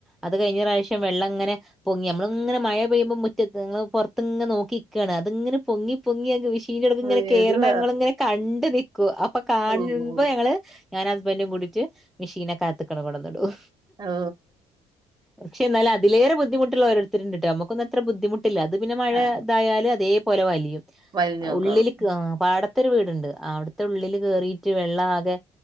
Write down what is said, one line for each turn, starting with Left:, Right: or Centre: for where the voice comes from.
Centre: അത് കഴിഞ്ഞ പ്രാവശ്യം വെള്ളംങ്ങനെ. പൊങ്ങി നമ്മളിങ്ങനെ മഴ പെയ്യുമ്പോൾ മുറ്റത്ത് നിൽ പുറത്ത് ഇങ്ങെ നോക്കിനിക്കാണ് അതിങ്ങെനെ പൊങ്ങി പൊങ്ങി മി ഷിൻറ്റെടുത്ത് ഇങ്ങനെ
Right: വരുവാ
Centre: കേറണത് ഇങ്ങനെ കണ്ട് നിക്ക അപ്പൊ കാണുമ്പോ
Right: ഓഹ്
Centre: ഞങ്ങള് ഞാനാ ഹസ് ഹസ്ബൻഡും കൂടിട്ട് മിഷീനൊക്കെ അകത്ത്ക്കാട്ട് കൊണ്ടന്ന്ടും.
Right: ഹോ..
Centre: പക്ഷേ ഇന്നാലതിലേറെ ബുദ്ധിമുട്ടുള്ള ഓരോരുത്തര്ണ്ട്ട്ടോ നമുക്കൊന്നും അത്ര ബുദ്ധിമുട്ടില്ല അത് പിന്നെ മഴ
Right: ആഹ്
Centre: ഇതായാല് അതെ പോ പോലെ വലിയും
Right: വലിഞ്ഞോക്കോളും
Centre: ഉള്ളിൽക്ക്‌ പാട എട്ത്തൊരു വീട്ണ്ട് അവ്ടുത്തെ ഉള്ളില് കേറീട്ട് വെള്ളാകെ